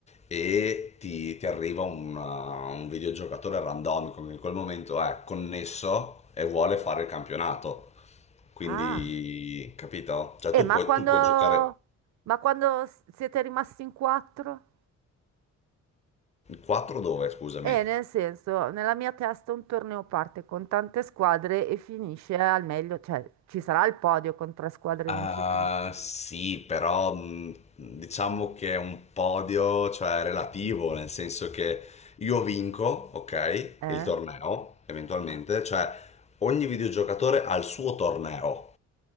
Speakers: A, on the left; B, on the right.
A: E ti, ti arriva un, uh, un videogiocatore randomico che in quel momento è connesso e vuole fare il campionato. Quindi,
B: Ah,
A: capito? Cioè
B: eh,
A: tu
B: ma
A: puoi,
B: quando,
A: tu puoi giocare
B: ma quando s- siete rimasti in quattro?
A: 4 dove, scusami?
B: E nel senso, nella mia testa un torneo parte con tante squadre e finisce al meglio, cioè ci sarà il podio con tre squadre
A: Ah,
B: vincitrici.
A: sì, però mh, diciamo che è un podio, cioè relativo, nel senso che io vinco, ok,
B: Eh?
A: il torneo, eventualmente, cioè ogni videogiocatore ha il suo torneo